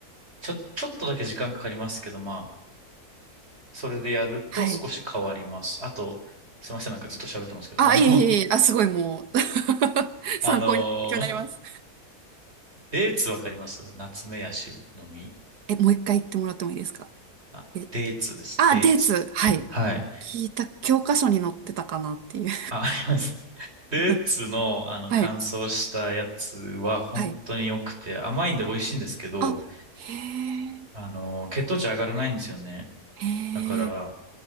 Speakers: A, on the right; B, on the right.
A: ちょ、ちょっとだけ時間かかりますけど、まあ、それでやると少し変わります。
B: はい。
A: あと、すいません、なんかずっと喋ってますけど、
B: あ、
A: あの、
B: いえいえいえ。
A: <laughs>
B: あ、すごいもう <laughs>
A: あの、
B: 参考に、勉強になります。
A: デーツわかりますナツメヤシの実。
B: え、もう一回言ってもらってもいいですか
A: あ、
B: え、
A: デーツです、
B: あ、
A: デーツ。
B: デーツ。はい。
A: はい。
B: 聞いた、教科書に載ってたかなっていう。
A: あ、あります。<laughs> ルーツの、
B: <laughs>
A: あの、
B: はい。
A: 乾燥したやつは本当に良くて、
B: はい。
A: 甘いんで美味しいんですけど、
B: あ、へえ、
A: あの、血糖値上がらないんですよね。
B: へ
A: だから、
B: え、